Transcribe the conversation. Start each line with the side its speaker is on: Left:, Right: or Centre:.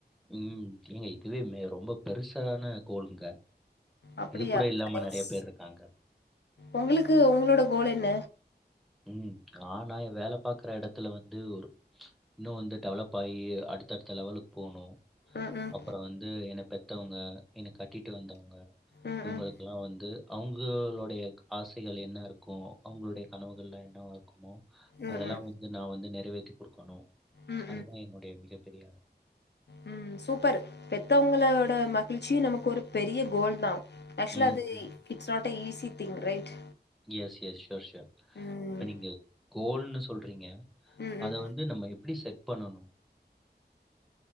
Centre: ம் ஏங்க இதுவே மே ரொம்ப பெருசான கோலுங்க
Left: அப்படியா
Centre: இது கூட இல்லாம
Left: நைஸ்
Centre: நெறய பேர் இருக்காங்க
Left: உங்களுக்கு உங்ளோட கோல் என்ன
Centre: ம் ஆனா எ வேல பாக்குற எடத்துல வந்து ஒரு இன்னு வந்து டெவலப் ஆயி அடுத்த அடுத்த லெவலுக் போணு
Left: ம் ம்
Centre: அப்பற வந்து என்ன பெத்தவங்க என்ன கட்டிட்டு வந்தவங்க
Left: ம்
Centre: இவங்களுக்லா
Left: ம்
Centre: வந்து அவங்கோளோடைய ஆசைகள் என்ன இருக்கு அவங்களுடைய கனவுகள்லா என்னவா இருக்குமோ
Left: ம்
Centre: அதெல்லா
Left: ம்
Centre: வந்து நா வந்து நெறவேத்தி குடுக்கணு
Left: ம்
Centre: அதுதா
Left: ம்
Centre: என்னுடைய மிகப்பெரிய
Left: ம் சூப்பர் பெத்தவங்ளோட மகிழ்ச்சி நமக்கு ஒரு பெரிய கோல் தா ஆக்சுவலா
Centre: ம்.
Left: இது
Centre: ம்.
Left: It's not a easy thing right
Centre: yes yes sure sure
Left: ம்
Centre: இப்ப நீங்க கோல்னு சொல்றீங்க
Left: ம் ம்
Centre: அத வந்து நம்ம எப்டி செட் பண்ணணு